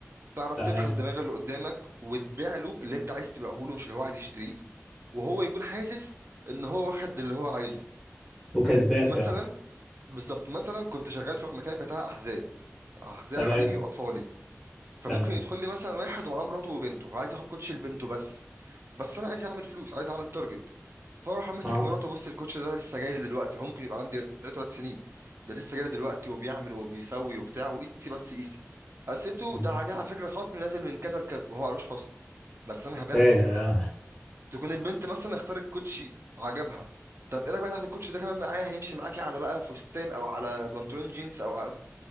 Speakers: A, on the right; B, in the centre.
A: تعرف
B: تمام
A: تفهم دماغ اللي قدامك وتبيع له اللي انت عايز تبيعه له مش اللي هو عايز يشتريه وهو يكون حاسس ان هو واخد اللي هو عايزه
B: وكسبان
A: مثلا
B: كمان
A: بالظبط مثلا كنت شغال في مكان بتاع احذيه احذيه
B: تمام
A: حريمي واطفالي فممكن
B: تمام
A: يدخل لي مثلا واحد ومعاه مراته وبنته وعايز ياخد كوتش لبنته بس بس انا عايز اعمل فلوس عايز اعمل تارجت فاروح ماسك
B: اه
A: مراته بص الكوتش ده لسه جاي لي دلوقتي هو ممكن يبقى عندي ثلاث سنين ده لسه جاي لي دلوقتي وبيعمل وبيسوي وبتاع وقيسي بس قيسي قسيته
B: مم.
A: ده عليه على فكره خصم نازل من كذا لكذا وهو معلوش خصم بس انا هبيع
B: فاهم
A: لك
B: آه.
A: تكون البنت مثلا اختارت كوتشي عجبها طب ايه رايك بقى تاخد الكوتش ده كمان معايا هيمشي معاكي على بقى فستان او على بنطلون جينز او على